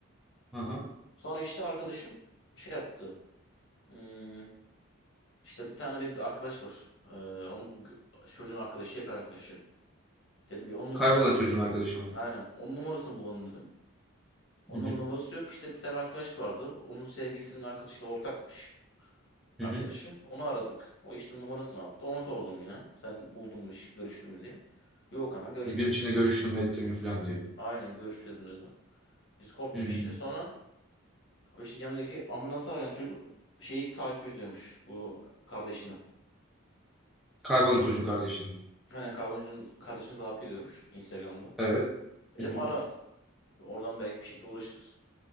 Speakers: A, in the centre; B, on the left (about 55°).
A: Ha ha.
B: Sonra işte arkadaşım şey yaptı. Hmm, işte bir tane benim bir arkadaş var. Ee, onun, gö- çocuğun arkadaşı yakın arkadaşı. Dedim ya onun numarasını
A: Kaybolan çocuğun arkadaşı mı?
B: aynen onun numarasını bulalım dedim. Onun
A: Hı hı.
B: ama numarası yok. İşte bir tane arkadaş vardı. Onun sevgilisinin arkadaşıyla ortakmış. arkadaşı.
A: Hı hı.
B: Onu aradık. O işte numarasını attı. Ona sordum yine. Sen buldun mu, şi- görüştün mü diye. Yok kanka görüşmedim
A: Bir gün içinde
B: dedi.
A: görüştüm mü ettim mi falan diye.
B: Aynen görüşmedim dedi. Biz korktuk
A: Hı.
B: işte. Sonra o işte yanındaki ambulansı arayan çocuk şeyi takip ediyormuş. Bu kardeşini.
A: Kaybolan çocuğun kardeşinin.
B: Aynen kavguncunun kardeşini takip ediyormuş Instagram'dan.
A: Evet.
B: Dedim
A: Hı hı.
B: ara. Oradan belki bir şekilde uğraşırız.